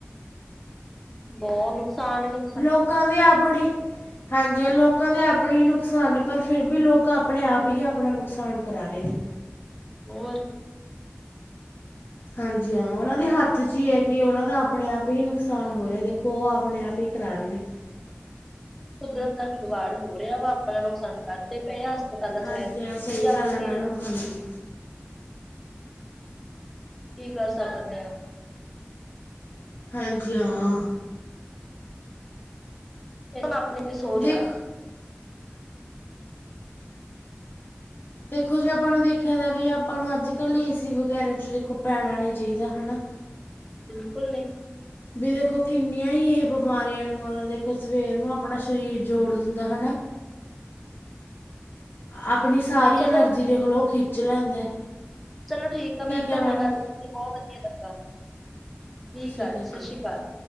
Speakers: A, in the centre; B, on the left (about 50°).
A: ਬਹੁਤ ਨੁਕਸਾਨ ਹੀ ਨੁ
B: ਲੋਕਾਂ ਦੀ ਆਪਣੀ ਹਾਂਜੀ ਲੋਕਾਂ ਦੇ ਆਪਣੇ ਨੁਕਸਾਨ ਪਰ ਫਿਰ ਵੀ ਲੋਕ ਆਪਣੇ ਆਪ ਹੀ ਆਪਣਾ ਨੁਕਸਾਨ ਕਰਾ ਰਹੇ ਨੇ
A: ਹੋਰ
B: ਹਾਂਜੀ ਹਾਂ ਉਹਨਾਂ ਦੇ ਹੱਥ ਚ ਹੀ ਹੈ ਕਿ ਉਹਨਾਂ ਦਾ ਆਪਣੇ ਆਪ ਹੀ ਨੁਕਸਾਨ ਹੋ ਰਿਹਾ ਦੇਖੋ ਉਹ ਆਪਣੇ ਆਪ ਹੀ ਕਰਾ ਰਹੇ ਨੇ
A: ਕੁਦਰਤ ਨਾਲ ਖਿਲਵਾੜ ਹੋ ਰਿਹਾ ਵਾ ਆਪਣਾ ਨੁਕਸਾਨ ਕਰਦੇ ਪਏ ਆ। ਹਸਪਤਾਲਾਂ
B: ਹਾਂਜੀ
A: ਚ
B: ਹਾਂ ਸਹੀ
A: ਜਾ
B: ਗੱਲ
A: ਕੇ
B: ਹੈ ਮੈਡਮ ਹਾਂਜੀ
A: ਕੀ ਕਰ ਸਕਦੇ ਆ।
B: ਹਾਂਜੀ ਹਾਂ
A: ਇਹ ਮ ਆਪਣੇ ਨੇ ਸੋ ਰਿਹਾ।
B: ਦੇਖ ਦੇਖੋ ਜੇ ਆਪਾਂ ਨੂੰ ਦੇਖਿਆ ਜਾ ਵੀ ਆਪਾਂ ਨੂੰ ਅੱਜ ਕੱਲ ਏ ਸੀ ਵਗੈਰਾ ਚ ਦੇਖੋ ਪੈਣਾ ਨਹੀਂ ਚਾਹੀਦਾ ਹਨਾ।
A: ਬਿਲਕੁਲ ਨਹੀਂ।
B: ਵੀ ਦੇਖੋ ਕਿੰਨੀਆਂ ਹੀ ਇਹ ਬਿਮਾਰੀਆਂ ਲ ਦੇਖੋ ਸਵੇਰ ਨੂੰ ਆਪਣਾ ਸਰੀਰ ਜੋੜ ਦਿੰਦਾ ਹਨਾ ਆਪਣੀ ਸਾਰੀ ਐਨਰਜੀ
A: ਚਲੋ
B: ਦੇਖਲੋ ਖਿੱਚ ਲੈਂਦਾ
A: ਚਲੋ ਠੀਕ ਆ ਮੈਮ ਤੁਹਾਡੇ
B: ਹੈ ਮੈਡਮ
A: ਨਾਲ ਗੱਲ ਕਰਕੇ ਬਹੁਤ ਵਧੀਆ ਲੱਗਾ ਠੀਕ
B: ਠੀਕ
A: ਆ
B: ਹੈ
A: ਸਤਿ
B: ਠੀਕ
A: ਸ੍ਰੀ
B: ਹੈ
A: ਅਕਾਲ